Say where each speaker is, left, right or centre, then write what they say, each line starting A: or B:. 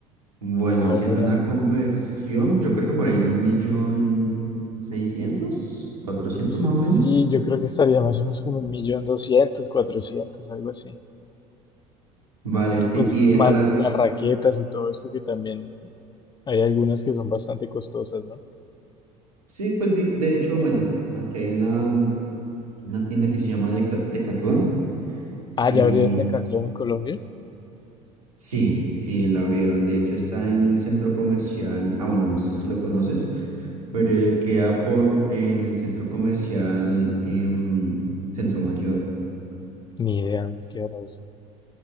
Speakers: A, on the right (about 85°); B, on the left (about 25°).
A: Bueno,
B: Ahora,
A: haciendo una conversión, yo creo que por ahí un millón seiscientos, cuatrocientos
B: sí,
A: más o menos.
B: yo creo que estaría más o menos como un millón doscientos, cuatrocientos, algo así.
A: Vale,
B: Y
A: sí,
B: pues
A: y
B: más
A: esa la...
B: las raquetas y todo esto que también hay algunas que son bastante costosas, ¿no?
A: Sí, pues di- de, hecho, bueno, aquí hay una, mm, una tienda que se llama Deca- Decathlon
B: Ah,
A: y
B: ¿ya abrieron Decathlon en Colombia?
A: sí, sí, la abrieron. De hecho, está en el centro comercial. Ah, bueno, no sé si lo conoces. pero eh, queda por en el centro comercial em, Centro Mayor.
B: Ni idea dónde quedará eso.